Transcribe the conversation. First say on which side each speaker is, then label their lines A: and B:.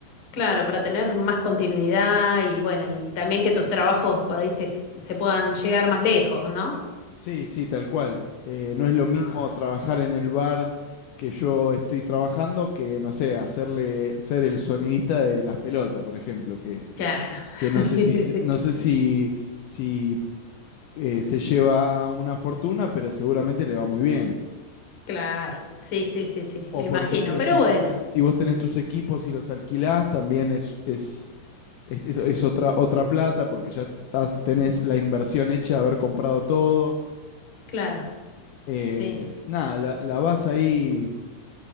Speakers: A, on the left; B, on the left.
A: Claro, para tener más continuidad y bueno, y también que tus trabajos por ahí se, se puedan llegar más lejos, ¿no?
B: Sí, sí, tal cual. Eh, no es lo
A: No,
B: mismo trabajar en el bar que yo estoy trabajando que, no sé, hacerle ser el sonidista de las pelotas, por ejemplo, que,
A: claro,
B: que no
A: <laughs> sí,
B: sé si,
A: sí, sí,
B: no sé si, si eh, se lleva una fortuna, pero seguramente le va muy bien.
A: claro, sí, sí, sí, sí,
B: O
A: me
B: por
A: imagino,
B: ejemplo,
A: pero
B: si,
A: bueno,
B: si vos tenés tus equipos y los alquilás, también es, es, es, es- es otra, otra plata, porque ya estás, tenés la inversión hecha de haber comprado todo.
A: claro,
B: Eh,
A: sí,
B: nada, la, la vas ahí,